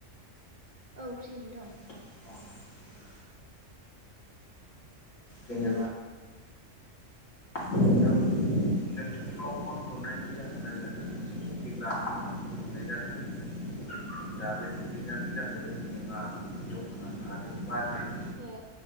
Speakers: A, on the right (about 35°); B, on the left (about 80°).
A: औ फ्रियैनो दं
B: <unintelligible> जेनेबा ओं नोंथांनाव फन हरनायनि जाहोना जादों मोनसे टपिक लानानै आं फन हरनाय जादों दा बे टकिटआनो जाहैबाय जेनेबा दखान आरो बाजार
A: ओ